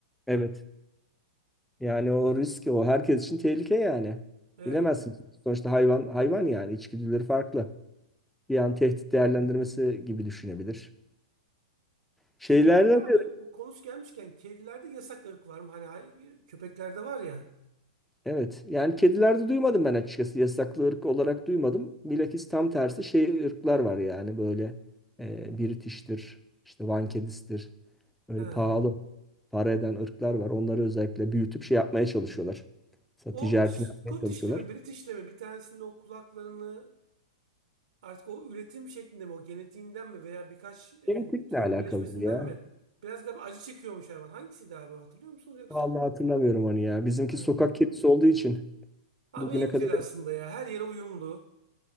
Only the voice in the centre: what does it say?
Evet. Yani o risk o herkes için tehlike yani.
Bilemezsin. Sonuçta hayvan hayvan yani içgüdüleri farklı. Bir an tehdit değerlendirmesi gibi düşünebilir. Şeylerde
de
evet yani kedilerde duymadım ben açıkçası yasaklı ırk olarak duymadım. Bilakis tam tersi şey ırklar var yani böyle e, British'tir işte Van kedisidir öyle
pahalı para eden ırklar var. Onları özellikle büyütüp şey yapmaya çalışıyorlar. Sa-
Ticaretini
yapmaya çalışıyorlar.
Genetikle
alakalıdır
ya.
Vallahi hatırlamıyorum onu ya. Bizimki
sokak kedisi olduğu için
bugüne
kadar
hep-